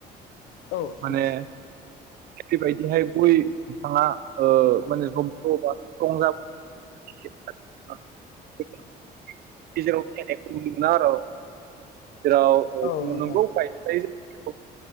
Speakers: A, on the left; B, on the right.
A: औ
B: माने
A: न
B: बेबायदिहाय गय बिफाङा ओ माने जबदबा स्थ्रं जाबाेयो। <unintelligible> गेजेराव थानायख नुनो मोनो आरो' जेराव
A: औ नोंथां
B: नंगौ बायायो।